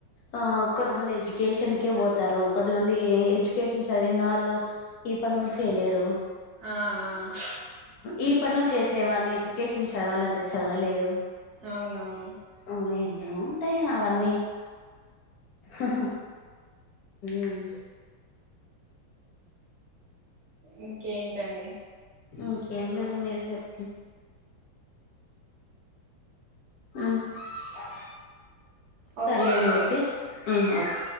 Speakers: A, on the left; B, on the right.
A: ఆ కొద్దిమంది ఎడ్యుకేషన్కే పోతారు కొంతమంది ఎ ఎడ్యుకేషన్ చదివిన వాళ్ళు ఈ పనులు చేయలేరు
B: ఆ ఆ
A: ఈ పనులు జేసే వాళ్ళు ఎడ్యుకేషన్ చదవాలంటే చదవలేరు
B: అవునవును
A: ఓ ఎన్నో ఉంటయి అవన్నీ ఊమ్ ఉమ్
B: ఇంకేంటండి
A: ఇంకేం లేదండి మీరే చె <inaudible> ఊ అ సర్లేేండి
B: ఓకే అండి
A: అయితే హూమ్ ఓక్